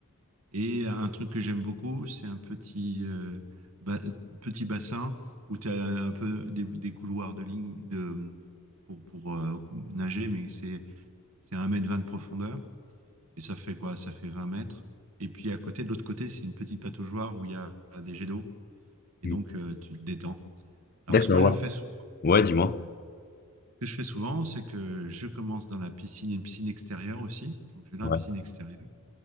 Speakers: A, on the right; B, on the left.
A: Et un truc que j'aime beaucoup, c'est un petit, euh, ba- petit bassin où tu as un peu des, des couloirs de ligne de, pour, pour euh, nager, mais c'est, c'est un mètre 20 de profondeur. Et ça fait quoi? Ça fait vingt mètres. Et puis à côté, de l'autre côté, c'est une petite pataugeoire où il y a des jets d'eau. Et
B: Mm.
A: donc, euh, tu te détends. Alors,
B: D'accord,
A: ce que je fais, sou-
B: ouais. Ouais, dis-moi.
A: ce que je fais souvent, c'est que je commence dans la piscine, il y a une piscine extérieure aussi. Donc, je vais dans
B: Ouais.
A: la piscine extérieure.